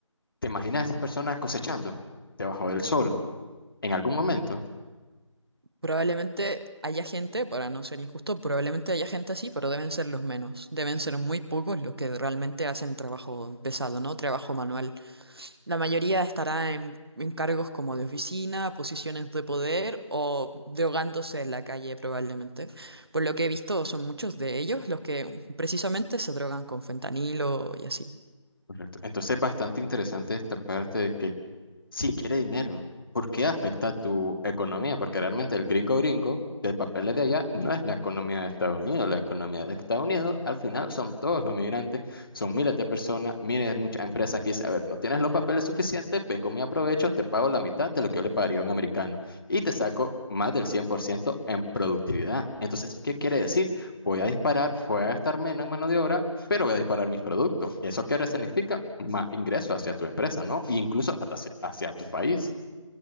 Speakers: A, on the left; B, on the right.
A: ¿Te imaginas a esa persona cosechando debajo del sol en algún momento?
B: Probablemente haya gente, para no ser injusto, probablemente haya gente así, pero deben ser los menos. Deben ser muy pocos los que realmente hacen trabajo pesado, ¿no? Trabajo manual. La mayoría estará en, en cargos como de oficina, posiciones de poder o drogándose en la calle, probablemente. Por lo que he visto, son muchos de ellos los que precisamente se drogan con fentanilo y así.
A: Correcto. Entonces es bastante interesante esta parte de que si quiere dinero, ¿por qué afecta a tu economía? Porque realmente el gringo gringo de papeles de allá no es la economía de Estados Unidos. La economía de Estados Unidos al final son todos los migrantes, son miles de personas, miles, de muchas empresas que dicen, a ver, no tienes los papeles suficientes, vengo, me aprovecho, te pago la mitad de lo que yo le pagaría a un americano y te saco más del 100% en productividad. Entonces, ¿qué quiere decir? voy a disparar, voy a gastar menos en mano de obra, pero voy a disparar mis productos. ¿Eso qué significa? Más ingresos hacia tu empresa, ¿no? E incluso hasta hacia, hacia tu país.